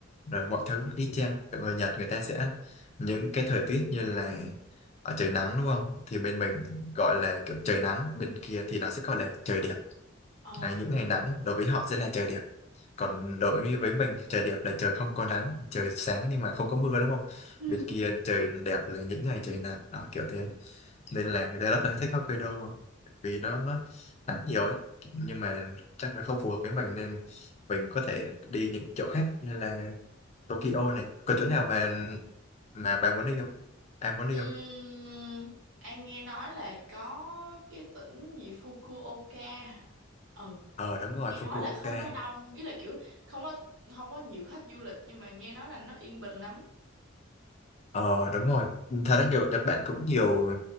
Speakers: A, on the left (about 35°); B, on the right (about 70°).
A: rồi mọi thứ nó y chang Còn người Nhật người ta sẽ những cái thời tiết như là ở trời nắng đúng không thì bên mình gọi là kiểu trời nắng bên kia thì nó sẽ gọi là trời đẹp
B: Ờ.
A: Đấy, những ngày nắng đối với họ sẽ là trời đẹp còn đối với mình trời đẹp là trời không có nắng trời sáng nhưng mà không có mưa đúng không
B: Ừ.
A: bên kia trời đẹp là những ngày trời nắng đó kiểu thế nên là người ta rất là thích hot cây đô vì nó nó nắng nhiều ấy nhưng mà chắc là không phù hợp với mình nên mình có thể đi những chỗ khác như là Tokyo này có chỗ nào mà mà bà muốn đi không em muốn đi
B: Ừm,
A: không
B: An nghe nói là có cái tỉnh gì Fukuoka hả? ừ
A: ờ đúng rồi
B: nghe
A: Fukuoka
B: nói là không có đông ý là kiểu không có không có nhiều khách du lịch nhưng mà nghe nói là nó yên bình lắm
A: ờ đúng rồi thật ra nhiều Nhật Bản cũng nhiều